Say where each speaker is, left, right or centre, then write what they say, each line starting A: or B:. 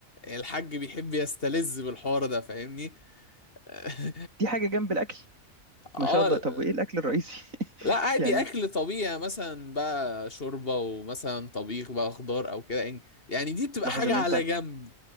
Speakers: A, on the left; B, on the right.
A: الحاج بيحب يستلذ بالحوار ده فاهمني <laughs>
B: دي حاجة جنب الاكل
A: اه
B: ما شاء الله طب وايه الاكل الرئيسي <laughs>
A: لا عادي
B: يعني
A: اكل طبيعي يعني مثلا بقى شوربه ومثلا طبيخ بقى خضار او كده يعني يعني دي بتبقى
B: لاحظ
A: حاجه
B: ان
A: على
B: انت
A: جنب